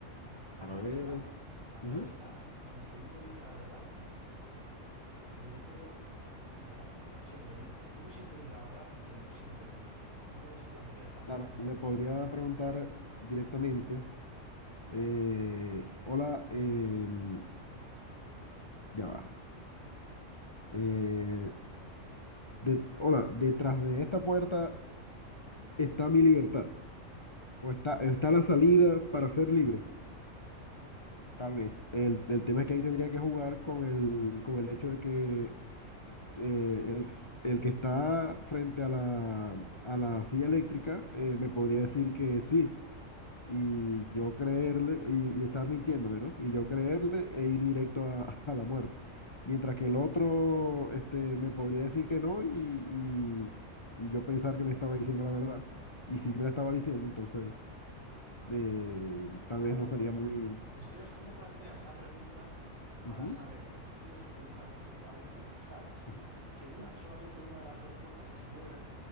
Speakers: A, on the left; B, on the right.
A: para
B: La clave
A: ver,
B: está, la clave
A: ujú,
B: está en que uno dice la verdad y el otro dice la men- siempre miente. Uno siempre dice la verdad y el otro siempre miente. ¿Cómo les planteas la pregunta?
A: Claro, le podría preguntar directamente. Eh, hola, em, ya va. Eh, de- hola, detrás de esta puerta está mi libertad. O está, está la salida para ser libre, tal vez. El, el tema es que ahí tendría que jugar con el, con el hecho de que eh, el, el que está frente a la, a la silla eléctrica eh, me podría decir que sí. y yo creerle y, y estar mintiéndome, ¿no? Y yo creerle e ir directo a, <laughs> a la muerte. Mientras que el otro este, me podría decir que no y, y- y yo pensar que me estaba diciendo la verdad. Y si me la estaba diciendo, entonces eh, tal
B: Claro,
A: vez no sería muy...
B: la historia es cómo planteas la pregunta para
A: Ujú,
B: saber, porque tú tienes que utilizar lógicamente, sabes
A: ujú,
B: que una, solamente una de las dos puertas es buena